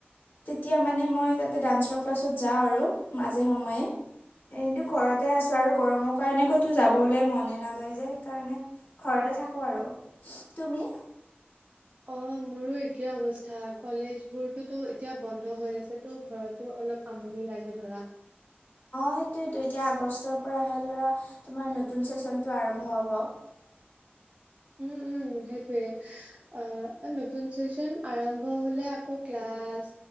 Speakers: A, on the left; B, on the right.
A: তেতিয়া মানে মই তাতে ডান্সৰ ক্লাছত যাওঁ আৰু মাজে সময়ে এইটো ঘৰতে আছো আৰু গৰমৰ কাৰণে কতো যাবলে মনে নাযায় যে সেইকাৰণে <unintelligible> ঘৰতে থাকো আৰু তুমি
B: অ অ মোৰো একেই অৱস্থা কলেজ বোৰতোতো এতিয়া বন্ধ হৈ আছে তো ঘৰতো অলপ কাম <unintelligible> লাগে ধৰা
A: সেইটোয়েটো এতিয়া আগষ্টৰ পৰাহে ধৰা তোমাৰ নতুন চেচনটো আৰম্ভ হব <unintelligible>
B: উম, উম সেইটোয়ে অ নতুন চেচন আৰম্ভ হলে আকৌ ক্লাছ